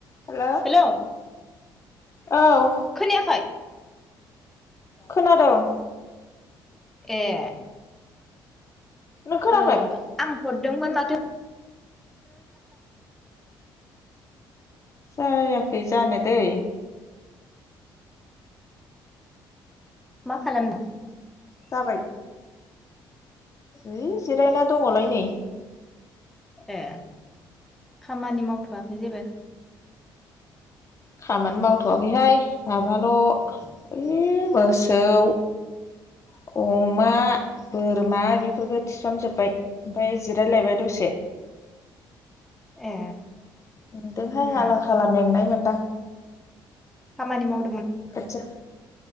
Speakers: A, on the left (about 35°); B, in the centre.
A: हेल।
B: Hello
A: औ
B: खोनायाखै।
A: खोनादोंं।
B: ए।
A: नों खोनाबाय?
B: ओं आं। <inaudible>
A: जायाखै जानो दै।
B: मा खालामदों।
A: जाबाय। ओइ जिरायना दङलाय नै।
B: ए खामानि मावथ'वखै जेबो।
A: खामानि मावथ'वाखैहाय माबाल' ओइ मोसौ। <inaudible> अमा, बोरमा बेफोरखौ थिसनजोबबाय ओमफ्राय जिरायलायबाय दसे।
B: ए।
A: नदोंहाय
B: उम
A: आला खाला मेंनाय मोनदां।
B: खामानि माव।
A: खोथिया